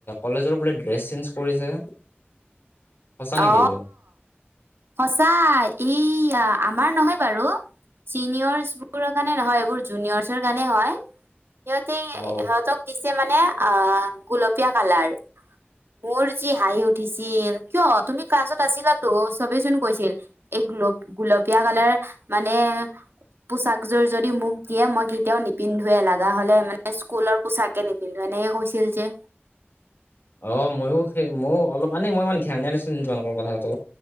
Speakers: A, on the left (about 55°); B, on the right (about 65°).
A: কলেজৰ বোলে ড্ৰেছ চেঞ্জ কৰিছে সঁচা নেকি
B: অ
A: এইটো
B: সঁচাই, ইয়া। আমাৰ নহয় বাৰু ছিনিয়ৰ্চবোৰৰ কাৰণে নহয় এইবোৰ জুনিয়ৰচৰ কাৰণে হয়। সিহঁতে
A: অ
B: সিহঁতক দিছে মানে <unintelligible> আহ গলপীয়া কালাৰ মোৰ যি হাঁহি উঠিছিল। কিয় তুমি কাজত আছিলাো চবেইচোন কৈছিল এই গুল গুলপ <unintelligible> প্ৰিয়া কালাৰ মানে, পোচাক জোৰ যদি মুক দিয়ে মই কেতিয়াও নিপিন্ধোৱে, লগা হলে স্কুলৰপোছাকে নিপিন্ধু। এনেকে কৈছিল যে
A: অ ময়ো, সেই ময়ো অলপ মানে মই ইে ধ্যান দিয়া নাছিলো তোমালোকৰ কথাটো।